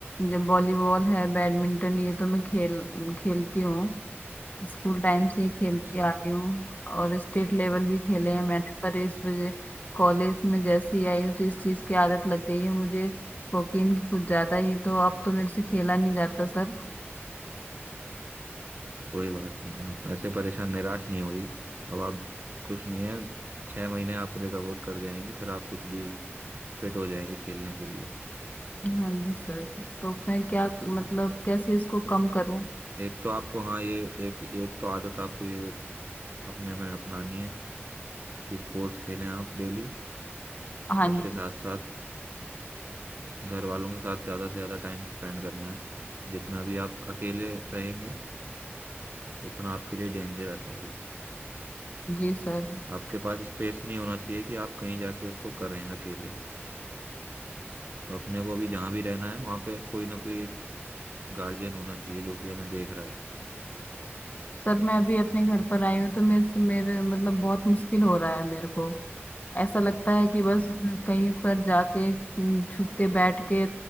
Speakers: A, on the left (about 35°); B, on the right (about 45°).
A: जब वॉलीबॉल है बैडमिंटन ये तो मैं खेल खेलती हूँ स्कूल टाइम से ही खेलती
B: अच्छा
A: आ रही हूँ और स्टेट लेवल भी खेले हैं मैंने पर इस वजह कॉलेज में जैसे ही आई हूँ तो इस चीज़ की आदत लग गई है मुझे कोकीन की कुछ ज़्यादा ही तो अब तो मेरे से खेला नहीं जाता सर
B: कोई बात नहीं आप ऐसे परेशान निराश नहीं होइए अब आप कुछ नहीं है छह महीने आप रिकवर कर जाएंगे फिर आप कुछ भी फिट हो जाएंगे खेलने के लिए
A: हाँ जी सर तो मैं क्या मतलब कैसे इसको कम करूं
B: एक तो आपको हाँ ये एक एक तो आदत आपको ये अपने में अपनानी है कि स्पोर्ट्स खेलें आप डेली
A: हाँ
B: उसके
A: जी
B: साथ साथ घर वालों के साथ ज़्यादा से ज़्यादा टाइम स्पेंड करना है जितना भी आप अकेले रहेंगे उतना आपके लिए डेंजरस है अभी
A: जी सर
B: आपके पास स्पेस नहीं होना चाहिए कि आप कहीं जाके उसको करें अकेले तो अपने को अभी जहाँ भी रहना है वहाँ पे कोई ना कोई गार्जियन होना चाहिए जो कि हमें देख रहा है
A: सर मैं अभी अपने घर पर आई हूँ तो मेरे से मेरे मतलब बहुत मुश्किल हो रहा है मेरे को ऐसा लगता है कि बस
B: हम्म,
A: कहीं पर जाके हम्म, छुप के बैठ के